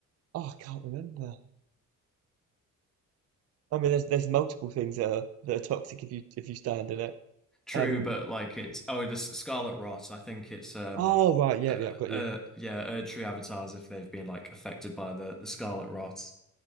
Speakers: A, on the right (about 50°); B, in the centre.
A: oh, I can't remember. I mean, there's there's multiple things that are that are toxic if you if you stand in it.
B: True,
A: Um,
B: but like it's oh the S- Scarlet Rot. I think it's um
A: Oh right, yeah,
B: uh,
A: yeah, I've got
B: uh
A: you.
B: yeah Erdtree avatars if they've been like affected by the the Scarlet Rot.